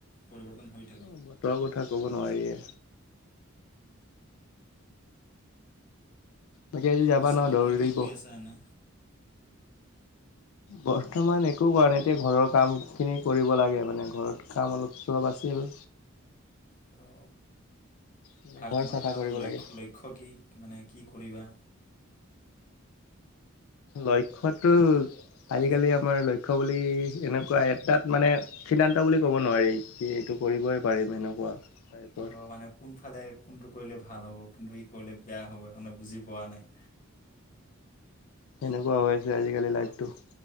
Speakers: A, on the left; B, on the left.
A: পৰিৱৰ্তন হৈ থাকে
B: অ বতৰৰ কথা ক'ব নোৱাৰীয়ে বাকী আজি যাবা
A: পিছে
B: ন
A: বৰ্তমান
B: ধৌৰিব?
A: কি কৰি আছা এনে
B: বৰ্তমান একো কাৰণ এতিয়া ঘৰৰ কামখিনি কৰিব লাগে মানে ঘৰত কাম অলপ চলপ আছিল
A: ত
B: মানে
A: আৰু
B: ঘৰ
A: তোমাৰ
B: চাফা
A: এনে
B: কৰিব
A: লক্ষ
B: লাগে
A: লক্ষ্য কি মানে কি কৰিবা।
B: লক্ষ্যটো। আজিকালি
A: এনে
B: আমাৰ লক্ষ্য বুলি। বুলি এনেকুৱা এটাত মানে সিদ্ধান্ত বুলি ক'ব নোৱাৰি কি এইটো কৰিবই পাৰিম এনেকুৱা। টাইপৰ
A: অ মানে কোনফালে কোনটো কৰিলে ভাল হ'ব। কোনটো কি কৰিলে বেয়া হ'ব কাৰণে। বুজি পোৱা নাই।
B: সেনেকুৱা হৈ আছে আজিকালি লাইটটো।